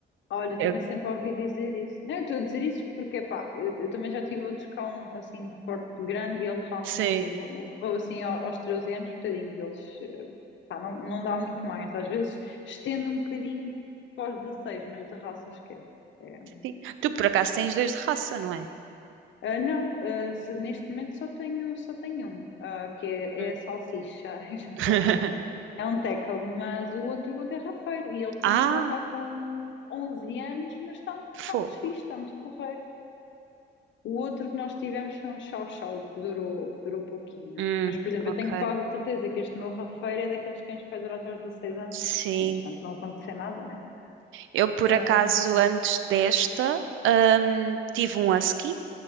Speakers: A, on the left; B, on the right.
A: Olha, eu
B: Eu-
A: também sempre ouvi dizer isso. Não, eu estou a dizer isso porque, pá, eu, eu também já tive outros cão, assim, de porte grande e ele realmente
B: Sim.
A: morreu, assim, ao- aos 13 anos, tadinhos, eles, eh, pá, não, não dá muito mais. Às vezes estende um bocadinho pós 16, mas de raça esquece. É.
B: Sim. Tu por acaso tens dois de raça, não é?
A: Ah, não, ah, se- neste momento só tenho, só tenho um, ah, que é,
B: Hum.
A: é a salsicha, <laughs> é a
B: <laughs>
A: salsicha, pronto. É um tackle, mas o outro, o outro é rafeiro e ele também
B: Ah,
A: já está com 11 anos, mas está, está
B: fogo.
A: muito fixe, está muito porreiro. O outro que nós tivemos foi um chau-chau que durou, que durou pouquinho.
B: Hum,
A: Mas, por exemplo,
B: ok.
A: eu tenho quase certeza que este meu rafeiro é daqueles cães que vai durar até aos 16 anos.
B: Sim.
A: Sim, portanto, não aconteceu nada, né?
B: Eu por
A: Ah,
B: acaso antes desta hum, tive um husky,